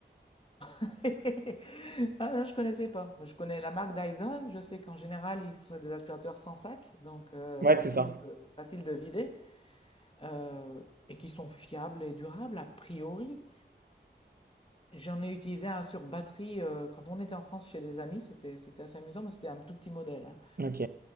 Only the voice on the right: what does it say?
Ouais,
c'est ça.
Ok.